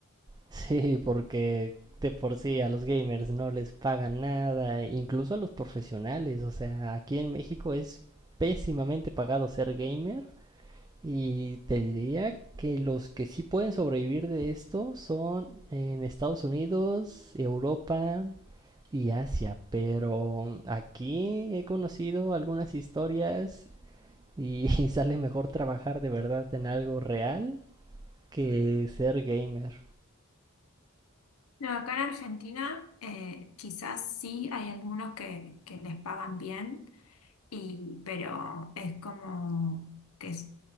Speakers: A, on the right; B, on the left.
A: Sí, porque de por sí a los gamers no les pagan nada, incluso a los profesionales, o sea, aquí en México es pésimamente pagado ser gamer Y te diría que los que sí pueden sobrevivir de esto son en Estados Unidos, Europa y Asia, pero aquí he conocido algunas historias y <laughs> sale mejor trabajar de verdad en algo real que ser gamer.
B: No, acá en Argentina eh, quizás sí hay algunos que, que les pagan bien, y, pero es como que es